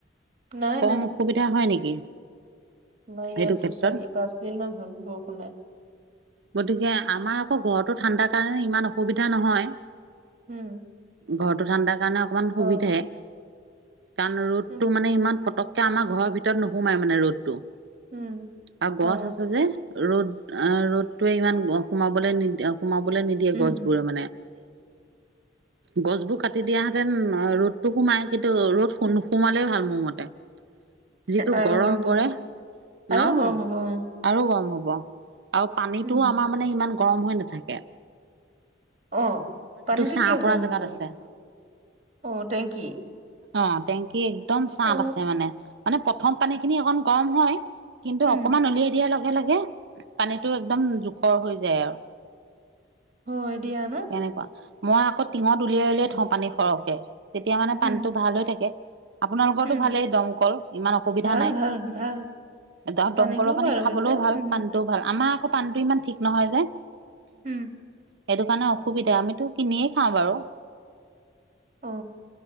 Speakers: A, on the right; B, on the right.
A: নাই
B: কম
A: নাই
B: অসুবিধা হয় নেকি।
A: আমাৰ ইয়াততো
B: এইটো ক্ষেত্ৰত?
A: চাৰি পাঁচদিন মান হ'ল বৰষুণেত।
B: গতিকে আমাৰ আকৌ ঘৰতো ঠাণ্ডাৰ কাৰণে ইমান অসুবিধা নহয়।
A: উ'ম।
B: ঘৰটো ঠাণ্ডাৰ কাৰণে অকমান
A: অ
B: সুবিধাই কাৰণ ৰ'দটো
A: উম
B: মানে ইমান পতক। কে আমাৰ ঘৰৰ ভিতৰত নোসোমাই মানে ৰদটো।
A: উম
B: আৰু
A: অ
B: গছ আছে যে ৰ'দ আহ ৰ'দ। ৰ'দ টোৱে ইমান সোমাবলৈ নিদিয় সোমাবলৈ নিদিয়ে
A: উম
B: গছবোৰে মানে। গছবোৰ কাটি দিয়াহেতেন ৰ'দটো সোমাই কিন্তু ৰ'দ নো সোমালেই ভাল মোৰ মতে। যিটো
A: আৰু
B: গৰম পৰে
A: হ'ব আৰু
B: অ
A: গৰম হ'ব অ
B: আৰু গৰম হ'ব। নীটো
A: উম
B: আমাৰ মানে ইমান গৰম হৈ নাথাকে।
A: অ পানীটো
B: ছাঁ
A: কিয়
B: পৰা
A: গৰম
B: জেগাত
A: হৈ থাকে
B: আছে।
A: অ টেংকি।
B: অ টেংকি একদম চাঁট
A: অ',
B: আছে মানে মানে প্ৰথম পানী খিনি অকণ গৰম হয়। কিন্তু
A: উম,
B: অকমান উলিয়াই দিয়াৰ লগে লগে পানীটো একদম জোখৰ হৈ যায় আও।
A: হয়, দিয়া না।
B: সেনেকুৱা মই আকৌ টিঙত উলিয়াই উলিয়াই থওঁ পানী সৰহকে তেতিয়া মানে
A: উম,
B: পানীটো ভাল হৈ থাকে। আপোনালোকৰ
A: উম,
B: টো ভালেই দমকল ইমান অসুবিধা
A: ভাল,
B: নাই।
A: ভাল, ভাল
B: এতিয়া
A: পানীটোও
B: দমকলৰ পানী
A: ভাল
B: খাবলৈও
A: অৱশ্যে
B: ভাল
A: উম,
B: পানীটোও ভাল। আমাৰ আকৌ পানীটো ইমান ঠিক নহয় যে।
A: উম।
B: সেইটো কাৰণে অসুবিধা আমিতো কিনিয়ে খাওঁ বাৰু।
A: অ',